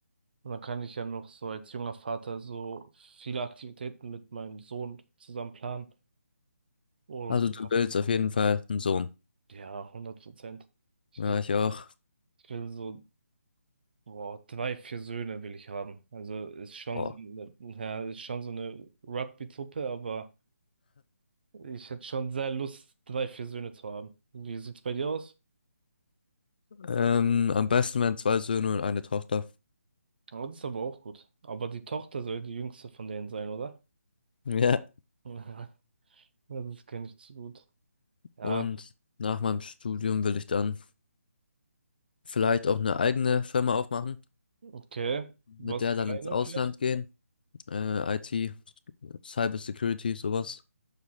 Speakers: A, on the right; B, on the left.
A: Und dann kann ich ja noch so als junger Vater so viele Aktivitäten mit meinem Sohn zusammen planen. Und
B: Also du willst auf jeden Fall einen Sohn.
A: ja, hundert Prozent. Ich
B: Ja,
A: will,
B: ich auch.
A: ich will so Wow, drei, vier Söhne will ich haben. Also ist schon
B: Oh.
A: so eine, ja, ist schon so eine Rugby-Truppe, aber ich hätte schon sehr Lust, drei, vier Söhne zu haben. Wie sieht's bei dir aus?
B: Ähm, am besten wären zwei Söhne und eine Tochter.
A: Oh, das ist aber auch gut. Aber die Tochter soll die jüngste von denen sein, oder?
B: Ja.
A: <laughs> Ja, ja, das kenne ich zu gut. Ja,
B: Und nach meinem Studium will ich dann vielleicht auch eine eigene Firma aufmachen,
A: okay.
B: mit
A: Was
B: der
A: für
B: dann
A: eine
B: ins Ausland
A: vielleicht?
B: gehen, äh, IT, Cyber Security, sowas.